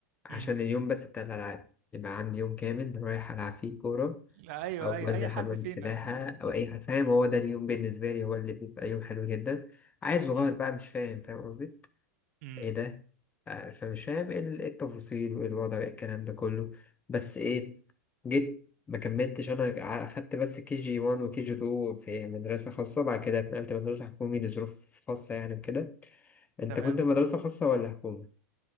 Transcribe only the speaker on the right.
أمم.
ايوه
اي اي حد
فينا
أمم،
أمم،
أمم.
تمام